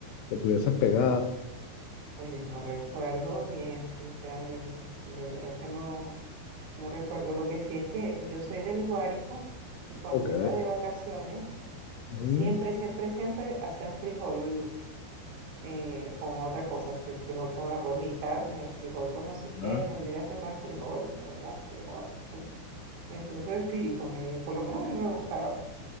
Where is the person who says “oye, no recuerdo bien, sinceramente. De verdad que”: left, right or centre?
Right